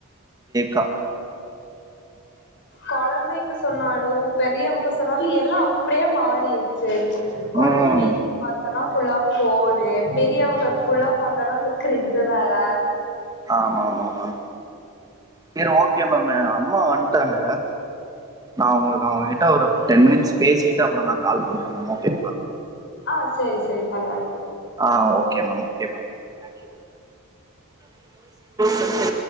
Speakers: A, on the right; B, on the left.
A: ஃபோக்கா
B: குழந்தைங்க சொன்னாலும் பெரியவங்க சொன்னாலும் எல்லா அப்படியே மாறிடுச்சு குழந்தைங்க
A: ம்
B: கிட்ட பார்த்தனா ஃபுல்லா போனே பெரியவங்க ஃபுல்லா பார்த்தோனா இந்த கிரிஞ்ச வேலை
A: ஆமா ஆமா மேம் செரி ஓகே மேம் அம்மா வந்துட்டாங்க நான் உங்களுக்கு அவங்க கிட்ட ஒரு டென் மினிட் பேிட்டுப்புறம் கால் பன்றக ஓகே
B: ஆ செரி செரி பரவலா
A: ஆ okay ma'am okay ma'am thank you நன்றி